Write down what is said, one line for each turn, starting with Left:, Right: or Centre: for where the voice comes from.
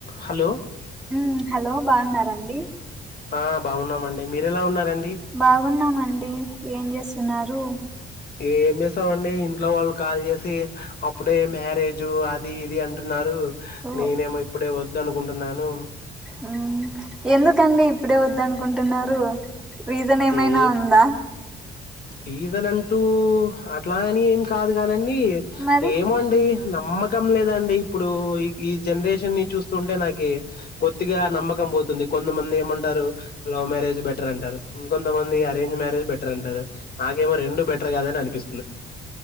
Left: Hello
Centre: hmm hello బాగున్నార అండి
Left: ఆ బావున్నామండి మీరెలా ఉన్నారం
Centre: బాగున్నాము ఆన్ అండి ఏం చేస్తున్నారు
Left: ఏం చేస్తామండి ఇంట్లో వాళ్ళు కాల్ చేసి అప్పుడే మ్యారేజు అది ఇది అంటున్నారు.
Centre: ఓ
Left: నేనేమో ఇప్పుడే వద్ ద్దనుకుంటున్నాను
Centre: ఆ ఎందుకండి ఇప్పుడే వద్దు అనుకుంటున్నారు రీజన్ ఏమైనా
Left: ఏం
Centre: ఉంద
Left: రీజన్ అంటూ అట్లా అని ఏం కాదు కానన్ నీ
Centre: మరి
Left: ఏమో అండి నమ్మకం లేదండి ఇప్పుడు ఈ ఈ జనరేషన్ ని చూస్తుంటే నాకు బొత్తిగా నమ్మకం పోతుంది కొంతమంది ఏమంటారు లవ్ మ్యారేజ్ బె ట్రంటారు ఇంకొంత మంది అరేంజ్ మ్యారేజ్ బెట్రంటారు నాకేమో రెండు బెట్రకాదని అనిపిస్